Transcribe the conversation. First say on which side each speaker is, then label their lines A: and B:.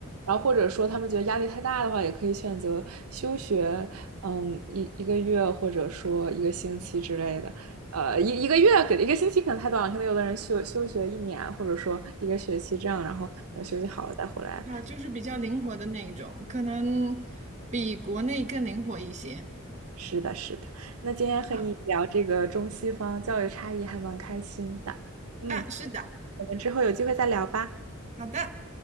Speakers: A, on the right; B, on the right.
A: 然后或者说他们觉得压力太大的话，也可以选择休学，嗯，一一个月或者说一个星期之类的。呃，一一个月给一个星期可能太短了，可能有的人休休学一年，或者说一个学期这样，然后等休息好了再回来。
B: 啊，就是比较灵活的那一种，可能比国内更灵活一些
A: 是的，是的。那今天和你聊这个中西方教育差异还蛮开心的，
B: 啊。
A: 嗯，
B: 啊，是的，
A: 我们之后有机会再聊吧。
B: 好的。